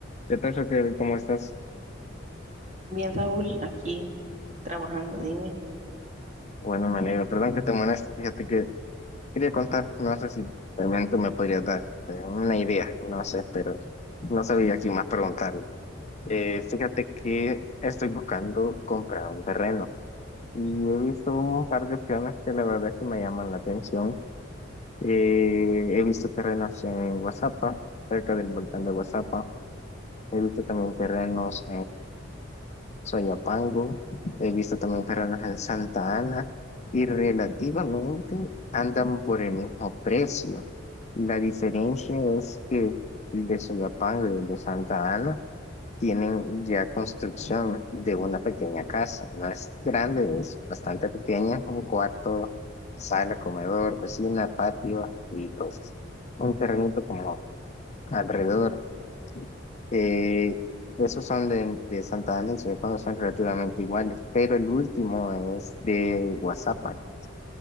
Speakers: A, on the left (about 35°); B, on the right (about 40°).
A: ¿Qué tal, Raquel? ¿Cómo estás?
B: Bien, Raúl, aquí trabajando, dime.
A: Bueno, me alegro. Perdón que te moleste. Fíjate que quería contar. No sé si también tú me podrías dar eh, una idea. No sé, pero no sabía aquí más preguntarle. Eh, fíjate que estoy buscando comprar un terreno y he visto un par de opciones que la verdad es que me llaman la atención. Eh, he visto terrenos en Guazapa, cerca del volcán de Guazapa. He visto también terrenos Soyapango, he visto también terrenos en Santa Ana y relativamente andan por el mismo precio. La diferencia es que el de Soyapango y el de Santa Ana tienen ya construcción de una pequeña casa. No es grande, es bastante pequeña, un cuarto, sala, comedor, cocina, patio y cosas. Un terrenito como alrededor. Eh, esos son de, de Santa Ana y Soyapango son relativamente iguales, pero el último es de Guazapan.